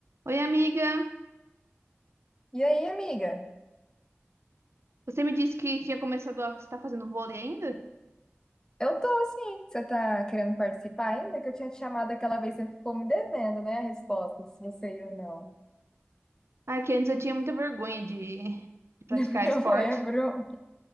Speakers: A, on the right (about 75°); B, on the left (about 15°).
A: Oi, amiga.
B: E aí, amiga?
A: Você me disse que tinha começado a estar fazendo vôlei ainda?
B: Eu tô assim. Você tá querendo participar ainda? Que eu tinha te chamado aquela vez, você ficou me devendo, né? A resposta, se você ia ou não.
A: Ah, que antes eu tinha muita vergonha de, de praticar
B: <laughs> Eu
A: esporte.
B: lembro.